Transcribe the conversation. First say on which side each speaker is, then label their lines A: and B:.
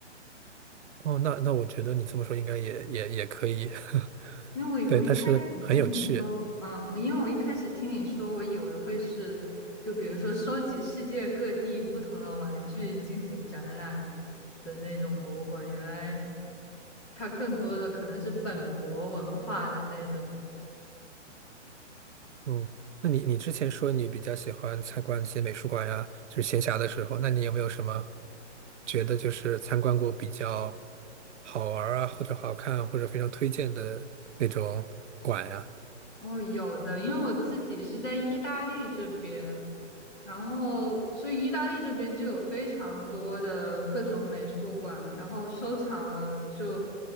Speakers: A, on the right; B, on the left.
A: 哦，那那我觉得你这么说应该也也也可以，<laughs>
B: 因为我我一开始听你说，
A: 对，但是很有趣。
B: 嗯，我因为我一开始听你说，我以为会是就比如说收集世界各地不同的玩具进行展览的那种博物馆，原来它更多的可能是本国文化的那种了。
A: 嗯，那你你之前说你比较喜欢参观一些美术馆呀，就是闲暇的时候，那你有没有什么觉得就是参观过比较好玩儿啊，或者好看，或者非常推荐的那种馆呀？
B: 哦，有的，因为我自己是在意大利这边，然后所以意大利这边就有非常多的各种美术馆，然后收藏了就